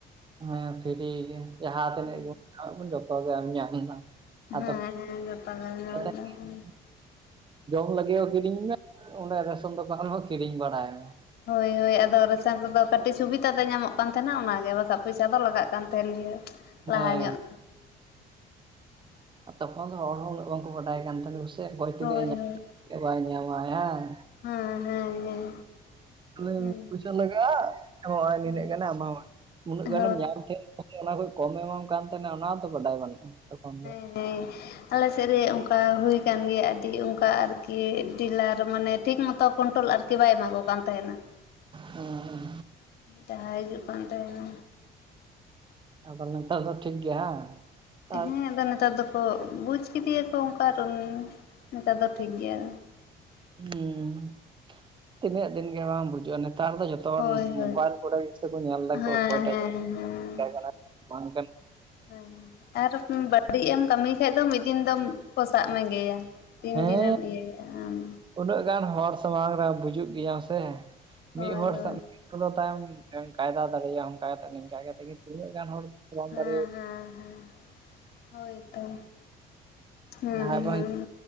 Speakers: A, on the right; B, on the left.
A: ᱦᱮᱸ ᱯᱷᱨᱤ ᱜᱮᱭᱟ ᱡᱟᱦᱟᱸ ᱛᱤᱱᱟᱹᱜ
B: ᱦᱩᱸ
A: ᱜᱮ <inaudible> ᱵᱚᱱ ᱡᱚᱛᱚ ᱜᱮᱢ ᱧᱟᱢ ᱮᱫᱟ ᱟᱫᱚ
B: ᱦᱮᱸ ᱦᱮᱸ ᱡᱚᱛᱚ ᱞᱮ ᱧᱟᱢ
A: <inaudible>
B: ᱮᱫᱟ ᱦᱮᱸ
A: ᱡᱚᱢ ᱞᱟᱹᱜᱤᱫ ᱦᱚᱸ ᱠᱤᱨᱤᱧ ᱢᱮ ᱩᱱᱟᱜ ᱨᱚᱥᱩᱱ ᱫᱚ ᱯᱟᱦᱟᱞᱵᱟ ᱠᱤᱨᱤᱧ ᱵᱟᱲᱟᱭ ᱢᱮ᱾
B: ᱦᱳᱭ ᱦᱳᱭ ᱟᱫᱚ ᱨᱮᱥᱚᱱ ᱨᱮᱫᱚ ᱠᱟᱹᱴᱤᱡ ᱥᱩᱵᱤᱫᱟ ᱫᱚ ᱧᱟᱢᱚᱜ ᱠᱟᱱ ᱛᱟᱦᱮᱱᱟ ᱚᱱᱟᱜᱮ ᱵᱟᱠᱷᱟᱜ ᱯᱚᱭᱥᱟ ᱫᱚ ᱞᱟᱜᱟᱜ ᱠᱟᱱ ᱛᱟᱦᱮᱱ ᱜᱮᱭᱟ᱾ ᱞᱟᱦᱟ
A: ᱦᱮᱸ
B: ᱧᱚᱜ
A: ᱛᱚᱠᱷᱚᱱ ᱫᱚ ᱦᱚᱲ ᱦᱚᱸ ᱩᱱᱟᱹᱜ ᱵᱟᱝᱠᱚ ᱵᱟᱰᱟᱭ ᱠᱟᱱ ᱛᱟᱦᱮ ᱥᱮ ᱚᱠᱚᱭ ᱛᱤᱱᱟᱹᱜ
B: ᱦᱳᱭ ᱦᱳᱭ
A: <inaudible> ᱵᱟᱭ ᱧᱟᱢᱟᱭ ᱦᱟᱝ
B: ᱦᱮᱸ ᱦᱮᱸ ᱦᱮᱸ
A: ᱛᱩᱞᱟᱹᱣ
B: ᱦᱩᱸ
A: ᱯᱚᱭᱥᱟ ᱞᱟᱜᱟᱜ-ᱟ ᱦᱚᱜᱚᱭ ᱱᱤᱱᱟᱹᱜ
B: ᱦᱩᱸ
A: ᱜᱟᱱᱮ ᱮᱢᱟᱢᱟ ᱩᱱᱟᱹᱜ
B: ᱦᱳᱭ
A: ᱜᱟᱱᱮᱢ ᱧᱟᱢ ᱠᱮᱫ ᱚᱱᱟ ᱠᱷᱚᱡ ᱠᱚᱢᱮ ᱮᱢᱟᱢ ᱠᱟᱱ ᱛᱟᱦᱮᱱᱟ ᱚᱱᱟᱛᱚ ᱵᱟᱰᱟᱭ ᱵᱟᱹᱱᱩᱜ-ᱟ ᱛᱚᱠᱷᱚᱱ ᱫᱚ᱾
B: ᱦᱮᱸ ᱟᱞᱮ ᱥᱮᱫ ᱨᱮ ᱚᱱᱠᱟ ᱦᱩᱭ ᱟᱠᱟᱱ ᱜᱮᱭᱟ ᱟᱹᱰᱤ ᱚᱱᱠᱟ ᱟᱨᱠᱤ ᱰᱤᱞᱟᱨ ᱢᱟᱱᱮ ᱴᱷᱤᱠ ᱢᱚᱛᱚ ᱠᱚᱱᱴᱳᱞ ᱟᱨᱠᱤ ᱵᱟᱭ ᱮᱢᱟ ᱠᱚ ᱠᱟᱱ ᱛᱟᱦᱮᱱᱟ
A: ᱦᱮᱸ
B: ᱡᱟᱦᱟᱸ ᱠᱟᱱ ᱛᱟᱦᱮᱱᱟ
A: ᱟᱫᱚ ᱱᱮᱛᱟᱨ ᱫᱚ ᱴᱷᱤᱠ ᱜᱮᱭᱟ ᱦᱟᱝ ᱟᱨ
B: ᱦᱮᱸ ᱟᱫᱚ ᱱᱮᱛᱟᱨ ᱫᱚᱠᱚ ᱵᱩᱡᱽ ᱠᱮᱫᱮᱭᱟᱠᱚ ᱚᱱᱠᱟ ᱟᱫᱚ ᱱᱮᱛᱟᱨ ᱫᱚ ᱴᱷᱤᱠ ᱜᱮᱭᱟ
A: ᱦᱩᱸ ᱛᱤᱱᱟᱹᱜ ᱫᱤᱱ ᱜᱮ ᱵᱟᱝ ᱵᱩᱡᱩᱜ-ᱟ ᱱᱮᱛᱟᱨ ᱫᱚ ᱡᱚᱛ ᱛᱚᱞ
B: ᱦᱳᱭ ᱦᱳᱭ
A: ᱢᱳᱵᱟᱭᱤᱞ ᱠᱚᱨᱮ ᱜᱮ ᱥᱮ ᱠᱚ ᱧᱮᱞ ᱮᱫᱟᱠᱚ
B: ᱦᱮᱸ
A: ᱚᱠᱚᱭᱴᱟᱜ
B: ᱦᱮᱸ ᱦᱮᱸ
A: ᱡᱮ ᱠᱟᱱᱟ ᱵᱟᱝ ᱠᱟᱱᱟ
B: ᱦᱮᱸ ᱟᱨ ᱵᱟᱹᱲᱛᱤᱡ ᱮᱢ ᱠᱟᱹᱢᱤ ᱠᱷᱟᱡ ᱫᱚ ᱢᱤᱫ ᱫᱤᱱ ᱫᱚᱢ ᱠᱚᱥᱟᱜ ᱢᱮᱜᱮᱭᱟ ᱛᱤᱱ
A: ᱦᱮᱸ
B: ᱫᱤᱱᱮᱢ ᱤᱭᱟᱹᱭᱟ ᱟᱢ ᱦᱟᱝ
A: ᱩᱱᱟᱹᱜ ᱜᱟᱱ ᱦᱚᱲ ᱥᱟᱢᱟᱝ ᱨᱮ ᱵᱩᱡᱩ ᱜᱮᱭᱟ ᱥᱮ
B: ᱦᱳᱭ
A: ᱢᱤᱫ ᱦᱚᱲ
B: ᱦᱳᱭ
A: <inaudible> ᱯᱷᱚᱞᱚᱱ ᱛᱟᱭᱚᱢ ᱠᱟᱭᱫᱟ ᱫᱟᱲᱮᱭᱟᱜ-ᱟ ᱚᱱᱠᱟ ᱠᱟᱛᱮ ᱱᱤᱝᱠᱟ ᱠᱟᱛᱮᱜ ᱜᱮ ᱛᱤᱱᱟᱹᱜ ᱦᱚᱲ ᱵᱟᱢ
B: ᱦᱮᱸ
A: ᱫᱟᱲᱮ
B: ᱦᱮᱸ ᱦᱮᱸ ᱦᱳᱭᱛᱳ ᱦᱮᱸ
A: ᱡᱟᱦᱟᱸᱭ ᱵᱟᱝ
B: ᱦᱮᱸ